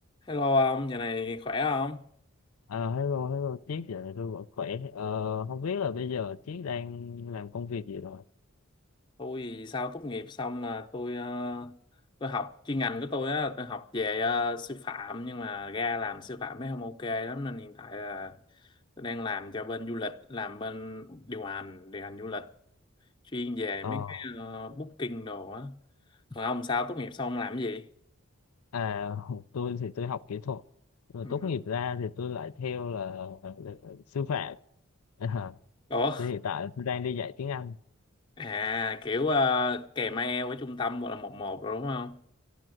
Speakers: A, on the left; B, on the left.
A: Hello ông, giờ này khỏe không?
B: Ờ, hello, hello, Chiết giờ này tôi vẫn khỏe. Ờ, không biết là bây giờ Chiết đang làm công việc gì rồi?
A: Tôi thì sau tốt nghiệp xong là tôi ờ, tôi học chuyên ngành của tôi á, tôi học về ờ, sư phạm nhưng mà ra làm sư phạm mới không ok lắm nên hiện tại là tôi đang làm cho bên du lịch, làm bên điều hành, điều hành du lịch, chuyên về
B: Ờ,
A: mấy cái ờ, booking đồ á. Còn ông sao tốt nghiệp xong ông làm cái gì?
B: à, <laughs> tôi thì tôi học kỹ thuật. Rồi
A: Ừ.
B: tốt nghiệp ra thì tôi lại theo là, là sư phạm. <laughs> À,
A: Ủa,
B: thì hiện tại là tôi đang đi dạy tiếng Anh.
A: à kiểu ờ, kèm ai eo ở trung tâm hoặc là một một rồi đúng không?